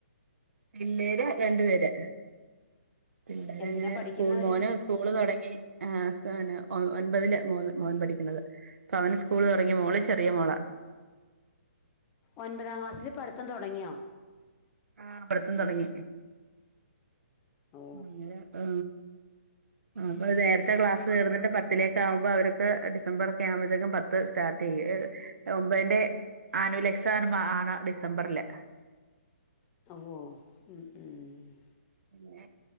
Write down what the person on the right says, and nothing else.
പിള്ളേര് രണ്ട്‌പേര് പിള്ളേര്
അങ്ങനെ
സ്കൂൾ മോന്. സ്കൂള് തൊടങ്ങി ആഹ് പിന്നെ ഒൻപതില് മോ മോൻ പഠിക്കണത്. പ്പവന് സ്കൂള്തൊടങ്ങി മോള് ചെറിയ മോളാ.
ആ പഠിത്തം തൊടങ്ങി.
അങ്ങനെപ്പൊ അപ്പൊ നേർത്തെ ക്ലാസ്. തീർന്നിട്ട് പത്തിലേക്കാവുമ്പോ അവർക്ക് ഡിസംബറൊക്കെ ആവുമ്പോഴത്തേക്കും പത്ത് സ്റ്റാർട്ടെയ്യും. ഒമ്പേന്റെ ആനുവൽ എക്സാർമാണ് ഡിസംബറില്.
പിന്നെ.